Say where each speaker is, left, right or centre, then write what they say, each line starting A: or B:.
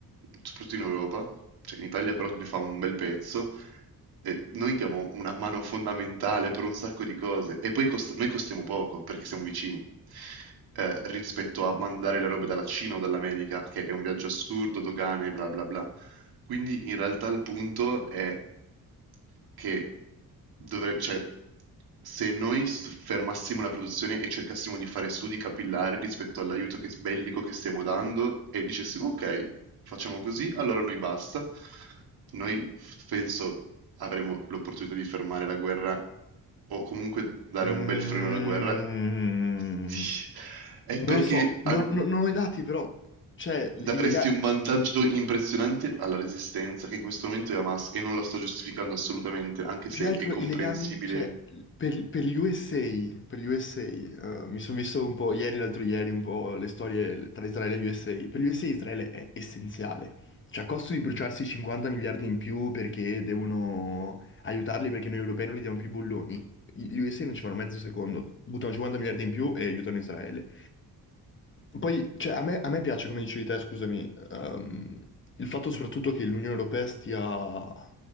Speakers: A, on the right; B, on the left.
A: soprattutto in Europa, cioè in Italia però ne fa un bel pezzo. E noi diamo una mano fondamentale per un sacco di cose e poi cost- noi costiamo poco perché siamo vicini eh, rispetto a mandare le robe dalla Cina o dall'America, che è un viaggio assurdo, dogane, bla bla bla. Quindi in realtà il punto è che dovre- cioè, se noi s- fermassimo la produzione e cercassimo di fare studi capillari rispetto all'aiuto che- bellico che stiamo dando e dicessimo ok, facciamo così, allora noi basta, noi penso avremo l'opportunità di fermare la guerra o comunque dare
B: Mm,
A: un bel freno alla guerra. Sì, È perché
B: non lo so.
A: al-
B: Non, non- non ho i dati, però, cioè, il
A: Daresti
B: legale.
A: un vantaggio impressionante alla Resistenza, che in questo momento è Hamas, e non la sto giustificando assolutamente, anche se
B: Più che altro
A: è comprensibile.
B: i legami, cioè, per, per gli USA, per gli USA, eh, mi sono visto un po' ieri, l'altro ieri, un po' le storie tra Israele e gli USA. Per gli USA Israele è essenziale. Cioè, a costo di bruciarsi 50 miliardi in più perché devono aiutarli perché noi europei non gli diamo più i bolloni. Gli gli USA non ci fanno mezzo secondo, buttano 50 miliardi in più e aiutano Israele. Poi, cioè, a me, a me piace, come dicevi te, scusami, ehm, il fatto soprattutto che l'Unione Europea stia...